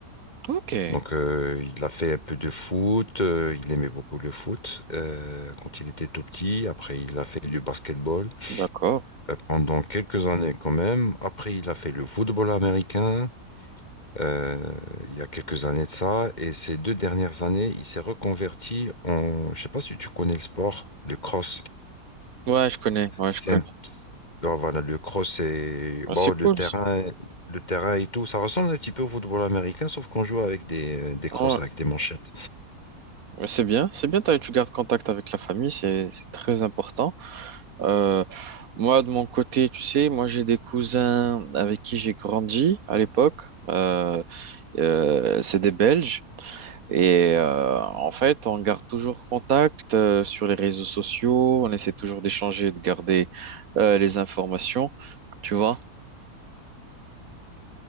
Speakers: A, on the right (about 65°); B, on the left (about 25°).
A: Ok,
B: Donc, euh, il a fait un peu de foot. euh, il aimait beaucoup le foot euh, quand il était tout petit. Après, il a fait du basketball
A: d'accord.
B: euh, pendant quelques années quand même. Après, il a fait le football américain. euh, il y a quelques années de ça. Et ces deux dernières années, il s'est reconverti en, je sais pas si tu connais le sport, le cross.
A: Ouais, je connais, ouais,
B: C'est
A: je connais.
B: un- non, voilà, le cross c'est
A: Ouais,
B: bon,
A: c'est
B: le
A: cool,
B: terrain,
A: ça.
B: le terrain et tout. Ça ressemble un petit peu au football américain, sauf qu'on joue avec des, des crosses,
A: Ouais.
B: avec des manchettes.
A: Ouais, C'est bien, c'est bien, t'as- tu gardes contact avec la famille, c'est c'est très important. Euh, moi, de mon côté, tu sais, moi j'ai des cousins avec qui j'ai grandi à l'époque. Euh, euh, c'est des Belges. Et euh, en fait, on garde toujours contact euh, sur les réseaux sociaux. On essaie toujours d'échanger, de garder euh, les informations. Tu vois?